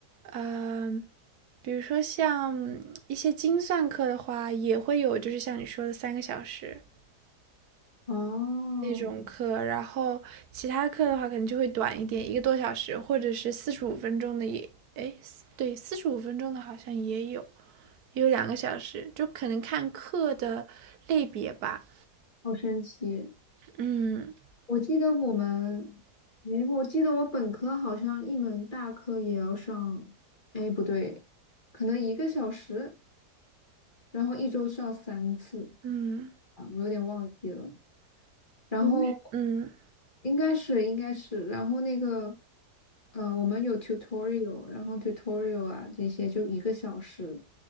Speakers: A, on the right; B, on the left.
A: 嗯、比如说像一些精算课的话，也会有就是像你说的三个小时，
B: 哦，
A: 那种课，然后其他课的话可能就会短一点，一个多小时，或者是四十五分钟的也，哎，对，四十五分钟的好像也有，也有两个小时，就可能看课的类别吧。
B: 好神奇。
A: 嗯
B: 我记得我们，哎，我记得我本科好像一门大课也要上，哎，不对，可能一个小时，然后一周上三次
A: 嗯，
B: 啊，我有点忘记了。然后
A: 我们嗯
B: 应该是应该是，然后那个，呃，我们有 tutorial，然后 tutorial 啊这些就一个小时，